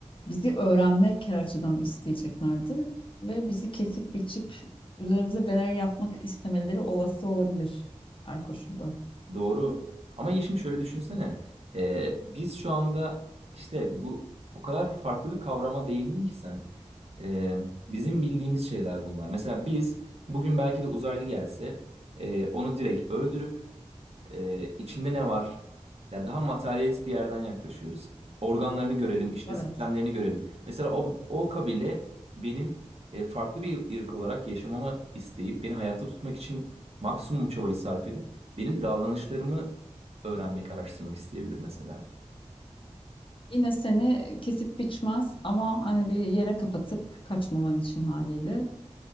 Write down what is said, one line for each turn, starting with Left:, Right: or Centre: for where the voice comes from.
Left: bizi öğrenmek her açıdan isteyeceklerdir ve bizi kesip biçip üzerimize deney yapmak istemeleri olası olabilir her koşulda.
Right: doğru. Ama Yeşim şöyle düşünsene. Ee, biz şu anda işte bu o kadar farklı bir kavrama değindin ki sen. Ee, bizim bildiğimiz şeyler bunlar. Mesela biz bugün belki de uzaylı gelse e, onu direkt öldürüp Ee, içinde ne var? Ya daha materyalist bir yerden yaklaşıyoruz. Organlarını görelim, işte
Left: Evet.
Right: sistemlerini görelim. Mesela o, o kabile benim e, farklı bir ırk olarak yaşamama isteyip beni hayatta tutmak için maksimum çabayı sarf edip benim davranışlarımı öğrenmek, araştırmak isteyebilir mesela.
Left: Yine seni e, kesip biçmez ama hani bir yere kapatıp kaçmaman için haliyle